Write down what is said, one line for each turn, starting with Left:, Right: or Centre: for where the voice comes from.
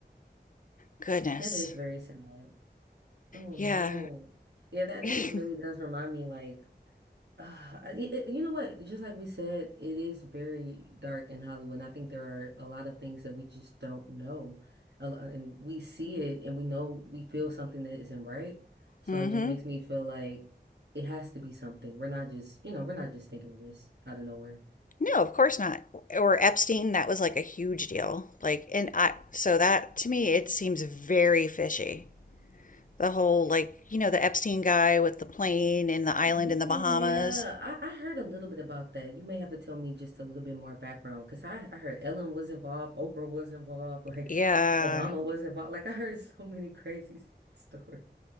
Left: Goodness.
Right: That is very sad. Oh
Left: Yeah.
Right: no. Yeah, that
Left: <laughs>
Right: that really does remind me like Uh, you, you know what? Just like we said, it is very dark in Hollywood. And I think there are a lot of things that we just don't know. A lo- And we see it and we know we feel something that isn't right. So
Left: Mm-hmm.
Right: it just makes me feel like it has to be something. We're not just, you know, we're not just thinking of this out of nowhere.
Left: No, of course not. Or Epstein, that was like a huge deal. Like, and I, so that to me, it seems very fishy. The whole, like, you know, the Epstein guy with the plane in the island
Right: Yeah,
Left: in the Bahamas.
Right: I, I heard a little bit about that. You may have to tell me just a little bit more background because I, I heard Ellen was involved, Oprah was involved, like
Left: Yeah.
Right: Obama was involved. Like I heard <laughs> so many crazy s- stories.